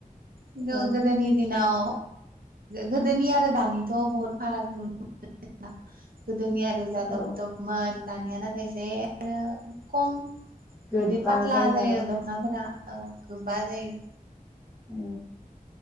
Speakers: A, in the centre; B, on the right (about 75°).
A: आरो
B: खिनथु गोदोनि
A: औ
B: दिनाव गोदोनि आरो दानिथ' बहुत फाराग नुनो गोदोनि आरो जाथब
A: औ
B: थपमोन दानिया नाथाय एसे आरो खम बिदि
A: गोबा
B: पात्ला जायो
A: आरो
B: दख'नाफोरा औ गोबा जायो
A: उ